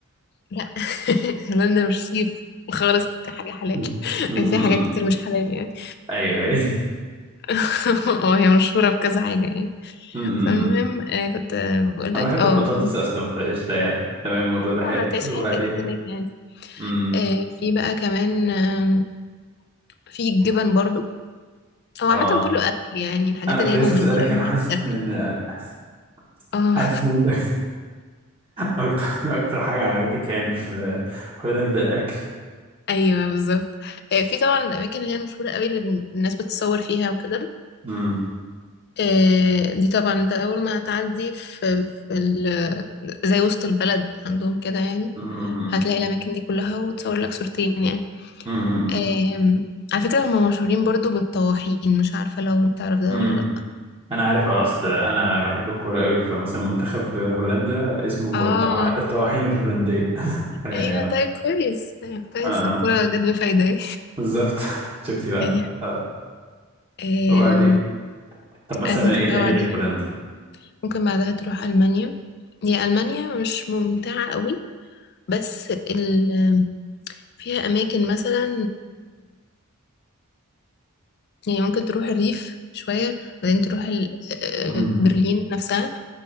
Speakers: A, on the left (about 50°); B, on the right (about 25°).
A: لا <laughs> هولندا مش صيف خالص كحاجة حلال
B: <laughs>
A: <laughs>
B: امم.
A: في حاجات كتير مش حلال يعني
B: ايوه ايوه
A: <laughs> وهي مشهورة بكذا حاجة يعني
B: امم.
A: فالمهم آه، كنت آه، بقول
B: انا
A: لك
B: بحب
A: اه
B: البطاطس
A: فاهم؟
B: اصلا فقشطه يعني تمام الموضوع ده حلو
A: اه هتعيش
B: وبعدين
A: حياتك هناك يعني
B: امم
A: آه، في بقى كمان آم، في الجبن برضو هو
B: اه
A: عامة كله أكل يعني الحاجات
B: انا
A: اللي
B: كنت
A: هي
B: لسه
A: مميزة
B: اسالك
A: أوي
B: انا حاسس
A: هناك الأكل
B: ان إن- <laughs>
A: اه
B: حاسس ان ده <laughs> اكتر اكتر حاجه عجبتك يعني في هولندا الاكل
A: <laughs> ايوه بالظبط آه، في طبعا الاماكن اللي هي مشهوره قوي اللي الناس بتتصور فيها وكده
B: امم
A: آه، دي طبعا انت اول ما هتعدي في, في ال- زي وسط البلد عندهم كده يعني
B: امم
A: هتلاقي الاماكن دي كلها وتصور لك صورتين يعني
B: امم
A: آم، على فكرة هم مشهورين برضو بالطواحين مش عارفة لو انت تعرف ده
B: امم
A: ولا لا
B: انا عارف آه، اصل انا بحب الكوره قوي فمثلا منتخب هولندا اسمه
A: اه
B: الطواح- الطواحين الهولنديه <laughs> يعني
A: ايوه
B: اه
A: طيب كويس طيب كويس
B: اه
A: الكورة جت بفايدة
B: بالظبط <laughs> شفتي بقى
A: <laughs> ايوه
B: اه
A: آم،
B: وبعدين طب مثلا
A: آه، ممكن
B: ايه
A: بقى
B: تاني
A: بعدها
B: غير هولندا
A: ممكن بعدها تروح المانيا هي المانيا مش ممتعة قوي بس ال... فيها اماكن مثلا يعني ممكن تروح الريف شوية بعدين تروح ال- آه،
B: امم
A: برلين نفسها